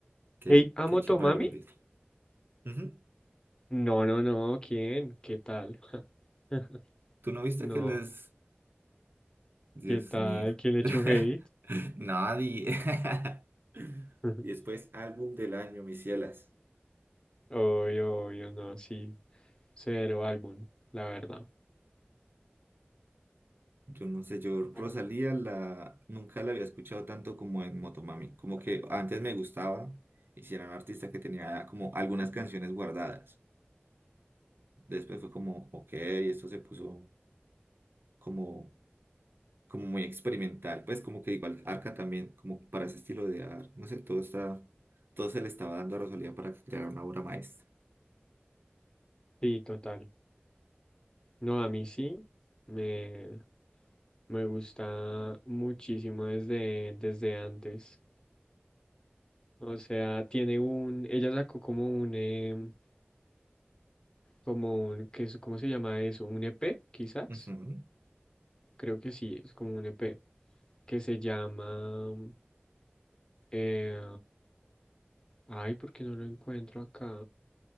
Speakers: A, on the right (about 60°); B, on the left (about 20°).
A: qué,
B: Hey, ¿amo
A: qué chimba
B: Tomami?
A: haberlos visto. Ujú.
B: No, no, no, ¿quién? ¿Qué tal? <laughs>
A: ¿Tú no viste
B: No,
A: que les, Dios
B: ¿qué tal?
A: mío,
B: ¿Quién le
A: <laughs>
B: echó hate?
A: nadie? <laughs>
B: <laughs>
A: Y después, álbum del año, mis cielas.
B: Obvio, obvio, no, sí, cero álbum, la verdad.
A: Yo no sé, yo Rosalía
B: Ujú.
A: la nunca la había escuchado tanto como en Motomami. Como que antes me gustaba y si era un artista que tenía como algunas canciones guardadas. Después fue como, ok, esto se puso como, como muy experimental. Pues como que igual Arca también, como para ese estilo de arte. No sé, todo está, todo se le estaba dando a Rosalía para que creara una obra maestra.
B: Sí, total. No, a mí sí, me... Me gusta muchísimo desde, desde antes. O sea, tiene un, ella sacó como un, em, como un, ¿qué es- ¿cómo se llama eso? Un EP, quizás.
A: Ujú.
B: Creo que sí, es como un EP. Que se llama, eh, ay, ¿por qué no lo encuentro acá?